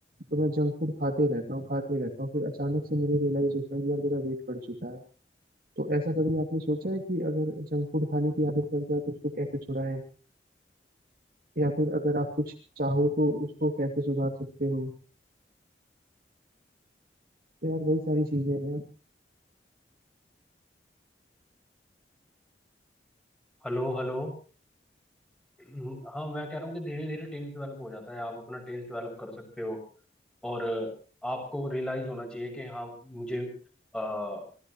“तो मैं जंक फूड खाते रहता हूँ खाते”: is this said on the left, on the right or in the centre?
Right